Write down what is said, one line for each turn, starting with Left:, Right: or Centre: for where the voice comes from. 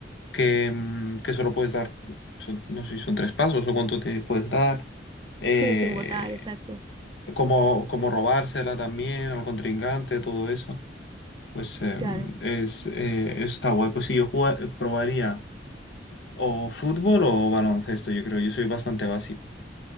Left: que, mm, que solo puedes dar, son- no sé si son tres pasos o cuánto te puedes dar, eh,
Right: Sí, sin votar, exacto.
Left: cómo, cómo robársela también al contrincante, todo eso. Pues em,
Right: Claro.
Left: es, eh, está guay. Pues sí, yo jugar- probaría o fútbol o baloncesto, yo creo, yo soy bastante básico.